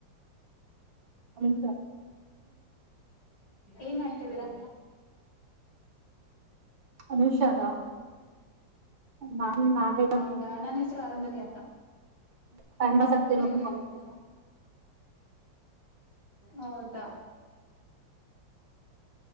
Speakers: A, on the right; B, on the left.
A: ಹನುಷ
B: ಏನ್ ಮಾಡ್ತಿದ್ದೀರಾ
A: ಅನುಷಾರಾ ನಾನು ನಾಳೆ
B: ಹೌದಾ ನನ್ ಹೆಸರು ಅರುಂಧತಿ ಅಂತ
A: ಹ ಮಪಸ್ ಆಗ್ತಲ್ಲತ್ತು
B: ಹ್ಮ್ ಹ್ಮ್
A: ಕಜ ತ
B: ಹೌದಾ